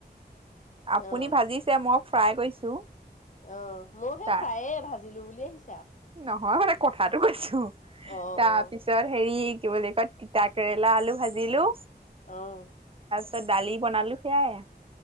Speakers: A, on the right; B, on the left.
A: আপুনি
B: অ',
A: ভাজিছে মই ফ্ৰাই কৰিছো।
B: অ মই সেই
A: তাৰ
B: ফ্ৰায়ে ভাজিলো বুলি আহিছো।
A: নহয় মানে কথাটো কৈছো
B: অ',
A: তাৰপিছত
B: অ',
A: হেৰি কি বুলি কয় তিতা কেৰেলা, আলু, ভাজিলো।
B: আহ।
A: তাৰপিছত দালি বনালো সেয়াই।